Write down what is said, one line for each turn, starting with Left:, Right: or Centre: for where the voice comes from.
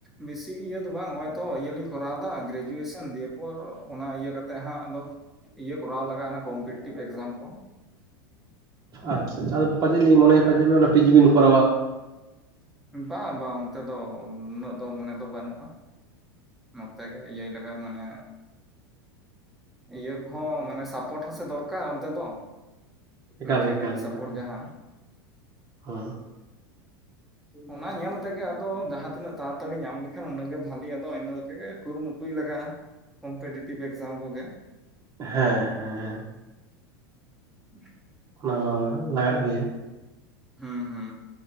Centre: ᱵᱮᱥᱤ ᱤᱭᱟᱹ ᱫᱚ ᱵᱟᱝ ᱱᱚᱜᱚᱭ ᱛᱚ ᱤᱭᱟᱹᱞᱤᱧ ᱠᱚᱨᱟᱣᱫᱟ ᱜᱨᱮᱡᱩᱭᱮᱥᱚᱱ ᱫᱤᱭᱮ ᱯᱚᱨ ᱚᱱᱟ ᱤᱭᱟᱹ ᱠᱟᱛᱮᱜ ᱦᱟᱸᱜ ᱟᱫᱚ ᱤᱭᱟᱹ ᱠᱚᱨᱟᱣ ᱞᱟᱜ-ᱟ ᱠᱚᱢᱯᱴᱤᱴᱤᱵᱷ ᱮᱠᱽᱡᱟᱢ ᱠᱚ
Right: ᱟᱪᱪᱷᱟ ᱟᱷᱟ ᱟᱫᱚ ᱯᱟᱪᱮᱫ ᱞᱤᱧ ᱢᱚᱱᱮᱭᱟ ᱯᱟᱪᱮᱫ ᱚᱱᱟ ᱯᱤ ᱡᱤ ᱵᱤᱱ ᱠᱚᱨᱟᱣᱟ
Centre: ᱵᱟᱝ ᱵᱟᱝ ᱚᱱᱛᱮ ᱫᱚ ᱩᱱᱟᱹᱜ ᱫᱚ ᱢᱚᱱᱮ ᱫᱚ ᱵᱟᱹᱱᱩᱜᱼᱟ ᱱᱚᱛᱮ ᱜᱮ ᱤᱭᱟᱹᱭ ᱞᱟᱜᱼᱟ ᱢᱟᱱᱮ ᱤᱭᱟᱹ ᱠᱚᱦᱚᱸ ᱢᱟᱱᱮ ᱥᱟᱯᱳᱴ ᱦᱚᱸᱥᱮ ᱫᱚᱨᱠᱟᱨ ᱚᱱᱛᱮ ᱫᱚ
Right: ᱮᱠᱟᱞ
Centre: ᱯᱷᱮᱢᱮᱞᱤ
Right: ᱜᱮ ᱮᱠᱟᱞ ᱜᱮ
Centre: ᱥᱟᱯᱳᱨᱴ
Right: ᱮᱠᱟᱞ ᱜᱮ
Centre: ᱡᱟᱦᱟᱸ
Right: ᱦᱮᱸ
Centre: ᱚᱱᱟ ᱧᱮᱞ ᱛᱮᱜᱮ ᱟᱫᱚ ᱡᱟᱦᱟᱸ ᱛᱤᱱᱟᱹᱜ ᱛᱟᱲᱟᱛᱟᱲᱤ ᱧᱟᱢ ᱞᱮᱠᱷᱟᱱ ᱩᱱᱟᱹᱜᱮ ᱵᱷᱟᱞᱤ ᱟᱫᱚ ᱛᱮ ᱠᱩᱨᱩᱢᱩᱴᱩᱭ ᱞᱟᱜᱟᱜᱼᱟ ᱠᱚᱢᱯᱤᱴᱤᱴᱤᱵᱽ ᱮᱠᱡᱟᱢ ᱠᱚᱜᱮ
Right: ᱦᱮᱸ ᱦᱮᱸ
Centre: <unintelligible>
Right: ᱚᱱᱟ ᱢᱟ ᱞᱟᱜᱟᱜ ᱜᱮᱭᱟ
Centre: ᱦᱩᱸ ᱦᱩᱸ